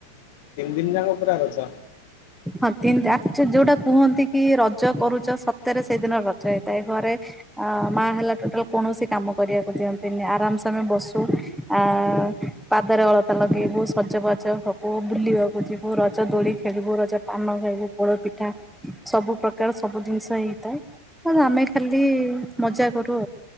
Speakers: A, on the left; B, in the centre.
A: ତିନି ଦିନ ଯାକ ପୁରା ରଜ।
B: ହଁ ତିନି ଆଚୁ ଯୋଉଟା କୁହନ୍ତି କି ରଜ କରୁଛ ସତରେ ସେଇଦିନ ରଜ ହେଇଥାଏ ଘରେ ଅ ମା ହେଲା ଟୋଟାଲ କୌଣସି କାମ କରିବାକୁ ଦିଅନ୍ତିନି ଆରାମସେ ଆମେ ବସୁ ଆ ପାଦରେ ଅଳତା ଲଗେଇବୁ, ସଜବାଜ ହବୁ, ବୁଲିବାକୁ ଯିବୁ, ରଜ ଦୋଳି ଖେଳିବୁ, ରଜ ପାନ ଖାଇବୁ ପୋଡ ପିଠା ସବୁ ପ୍ରକାର ସବୁ ଜିନିଷ ହେଇଥାଏ। ଆମେ ଖାଲି ମଜା କରୁ